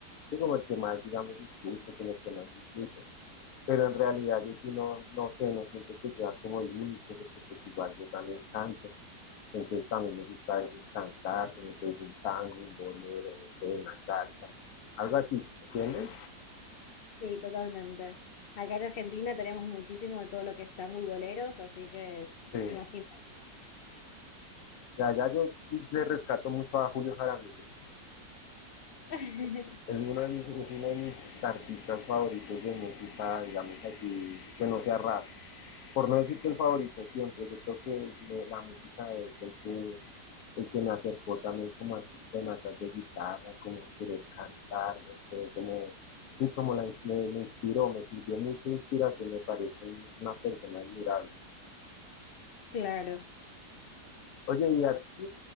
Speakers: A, on the left (about 65°); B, on the left (about 85°).
A: yo como el que más, digamos, discute, como el que más discute. Pero en realidad yo sí no, no sé, no siento que sea como el único, porque pues igual yo también canto. Entonces también me gusta a veces cantar, como que es un tango, un bolero, no sé, una salsa, algo así, ¿entiendes?
B: Sí, totalmente. Acá en Argentina tenemos muchísimo de todo lo que es tango y boleros, así que
A: Sí.
B: imagino.
A: De allá yo le rescato mucho a Julio Jaramillo.
B: <laughs>
A: Es uno de mis, es uno de mis artistas favoritos de música, digamos así, que no sea rap. Por no decir que el favorito siempre, yo creo que la música es el que el que me acercó también como a sistemas de guitarra, como querer cantar, no sé, como, y como la, me, me inspiró, me sirvió mucha inspiración, me parece una persona admirable.
B: Claro.
A: Oye, ¿y a ti